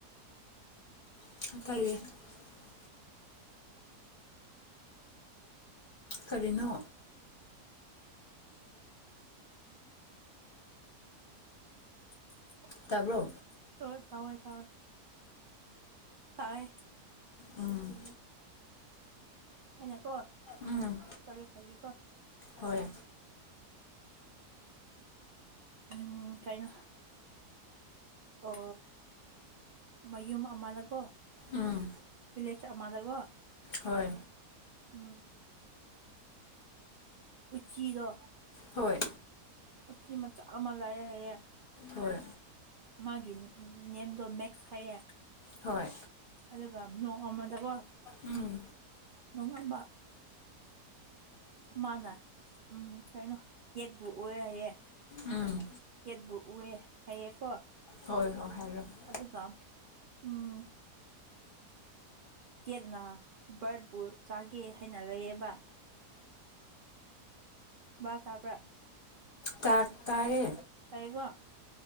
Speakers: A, on the left; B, on the right.
A: <unintelligible> ꯀꯔꯤꯅꯣ
B: <unintelligible>
A: ꯇꯥꯕ꯭ꯔꯣ
B: ꯇꯧ ꯇꯧꯋꯦ ꯇꯧꯋꯦ ꯇꯥꯏ
A: ꯎꯝ
B: ꯑꯩꯅꯀꯣ
A: ꯎꯝ
B: ꯁꯣꯔꯤ ꯍꯥꯏꯒꯦꯀꯣ
A: ꯍꯣꯏ
B: ꯎꯝ ꯀꯩꯅꯣ ꯑꯣ ꯃꯌꯨꯝ ꯑꯃꯅꯀꯣ
A: ꯎꯝ
B: ꯄꯤꯂꯦꯠ ꯑꯃꯗꯀꯑꯣ
A: ꯍꯣꯏ
B: ꯎꯝ ꯎꯆꯤꯗꯣ
A: ꯍꯣꯏ
B: ꯎꯆꯤ ꯃꯆꯥ ꯑꯃ ꯂꯥꯛꯑꯦ ꯍꯥꯏꯌꯦ
A: ꯍꯣꯏ
B: ꯃꯥꯒꯤ ꯅꯦꯝꯗꯣ ꯃꯦꯛꯁ ꯍꯥꯏꯌꯦꯦ
A: ꯍꯣꯏ
B: ꯑꯗꯨꯒ ꯅꯣꯡ ꯑꯃꯗꯀꯣ
A: ꯎꯝ
B: ꯅꯣꯡꯉꯝꯕ ꯃꯥꯅ ꯎꯝ ꯀꯩꯅꯣ ꯀꯦꯠꯄꯨ ꯑꯣꯏ ꯍꯥꯏꯌꯦ
A: ꯎꯝ
B: ꯀꯦꯠꯕꯨꯨ ꯎꯑꯦ ꯍꯥꯏꯌꯦꯀꯣ
A: ꯍꯣꯏ ꯍꯣꯏ ꯍꯥꯏꯔꯣ
B: ꯑꯗꯨꯒ ꯎꯝ ꯀꯦꯠꯅ ꯕꯥꯔꯠꯄꯨ ꯆꯥꯒꯦ ꯍꯥꯏꯅ ꯂꯩꯑꯦꯕ ꯕꯥꯕ ꯇꯥꯕ꯭ꯔꯥ
A: ꯇꯥ ꯇꯔꯦ
B: ꯇꯥꯏꯑꯦꯀꯣ